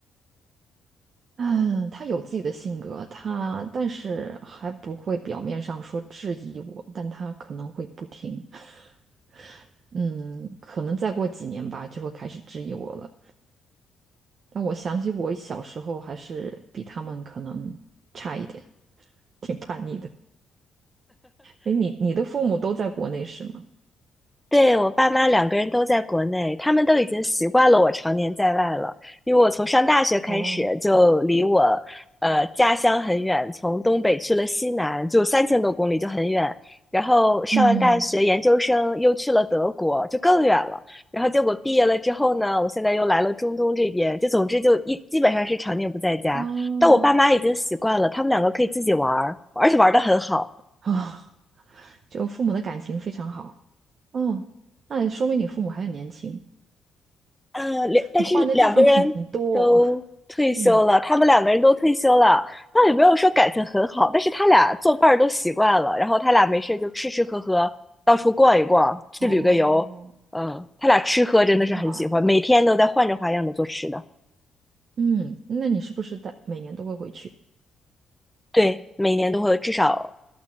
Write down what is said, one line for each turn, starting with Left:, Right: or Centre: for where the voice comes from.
Right: 嗯，他有自己的性格，他但是还不会表面上说质疑我，但他可能会不听，<laughs> 嗯，可能再过几年吧，就会开始质疑我了。但我想起我小时候还是比他们可能差一点，<laughs> 挺叛逆的。哎，你你的父母都在国内是吗？
Centre: 对，我爸妈两个人都在国内，他们都已经习惯了我常年在外了。因为我从上大学开始就离我
Right: 哦，
Centre: 呃家乡很远，从东北去了西南，就三千多公里，就很远。然后上完大学，
Right: 嗯，
Centre: 研究生又去了德国，就更远了。然后结果毕业了之后呢，我现在又来了中东这边，就总之就一基本上是常年不在家。
Right: 哦，
Centre: 但我爸妈已经习惯了，他们两个可以自己玩儿，而且玩的很好。
Right: 啊，就父母的感情非常好。哦，那说明你父母还很年轻，
Centre: 呃，两，但是两个人都退休了，
Right: 你换的地方挺多哦嗯，
Centre: 他们两个人都退休了，倒也没有说感情很好，但是他俩做伴儿都习惯了，然后他俩没事就吃吃喝喝，到处逛一逛，去旅个游，
Right: 哦，
Centre: 嗯，他俩吃喝真的是很喜欢，
Right: 也挺好哎。
Centre: 每天都在换着花样的做吃的，
Right: 嗯，那你是不是在每年都会回去？
Centre: 对，每年都会有至少，